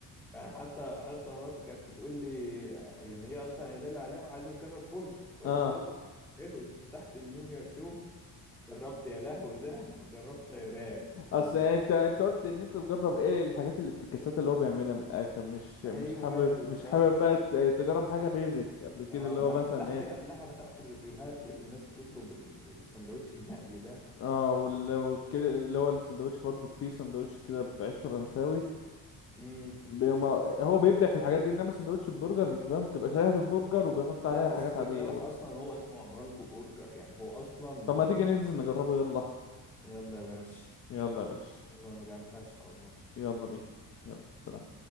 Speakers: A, in the centre; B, on the left.
A: يعني حتى حتى مراتي كانت بتقول لي يعني هي اصلا قايله لي عليها وعايزه تجرب برجر وقالت
B: اه
A: لي "أوب، حلو فتحت المنيو اشوف جربت يا لهوي ده وجربت يا راب سندوتش
B: اصل انت انت قلت ان انت تجرب ايه الحاجات اللي الافتكاسات اللي هو بيعملها من الاخر مش مش
A: ايوه
B: حابب
A: بالظبط
B: مش حابب بقى
A: كده
B: ت- تجرب حاجه بيزك قبل كده
A: اه
B: اللي هو
A: ما
B: مثلا
A: انا فتحت
B: ايه
A: قبلها فتحت الريفيوهات لقيت الناس بتطلب ال- السندوتش المقلي ده
B: اه وال- وكده اللي هو السندوتش برضو فيه سندوتش كده بعيش فرنساوي
A: امم
B: بيما هو بيبدع في الحاجات دي انما سندوتش البرجر انت فاهم بتبقى شريحة البرجر وبيحط
A: لا
B: عليها
A: بس
B: حاجات
A: خد
B: عادية
A: بالك
B: برضه
A: اصلا هو اسمه عمرانكو برجر يعني هو اصلا
B: طب ما تيجي ننزل نجربه يلا
A: يلا يا باشا
B: يلا يا باشا
A: والله انا جعان فشخ والله
B: يلا بينا يلا سلام